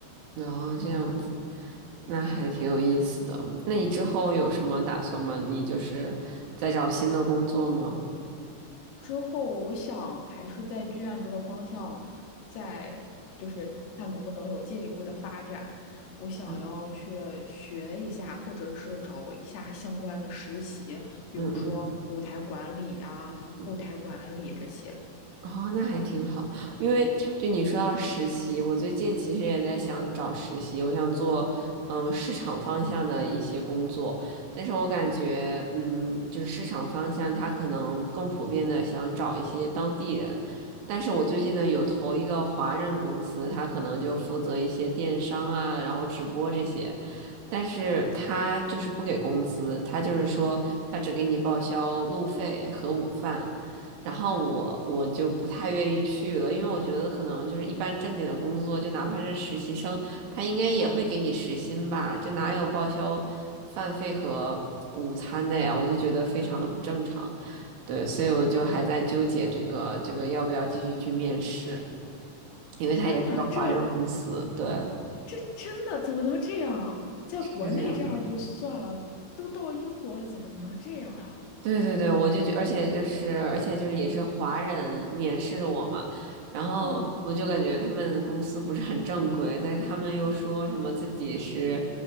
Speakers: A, on the right; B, on the left.
A: 然后这样子，那还挺有意思的。
B: 嗯
A: 那你之后有什么打算吗？你就是在找新的工作吗？
B: 之后我想还是在剧院这个方向，再就是看能不能有进一步的发展。我想要去学一下，
A: 嗯
B: 或者是找一下相关的实习，比如说舞台管理啊、
A: 嗯嗯嗯嗯。嗯
B: 后台管理这些。
A: 哦，那还挺好，因为就你说到实习，我最近其实也在想找实习，我想做嗯市场方向的一些工作，但是我感觉嗯就是市场方向他可能更普遍的想找一些当地人，但是我最近呢有投一个华人公司，他可能就负责一些电商啊，然后直播这些，但是他就是不给工资，他就是说他只给你报销路费和午饭。然后我我就不太愿意去了，因为我觉得可能就是一般正经的工作，就哪怕是实习生，他应该也会给你时薪吧，这哪有报销饭费和午餐的呀？我就觉得非常的不正常，对，所以我就还在纠结这个这个要不要继续去面试，因为他也是个华人公司，
B: 天呐，这
A: 对，
B: 这真的怎么能这样啊？在国内这样就算了，
A: 是这样。
B: 都到英国了，怎么能这样呀？
A: 对对对，我就觉，而且就是，而且就是也是华人面试的我嘛，然后我就感觉他们公司不是很正规，
B: 嗯。
A: 但是他们又说什么自己是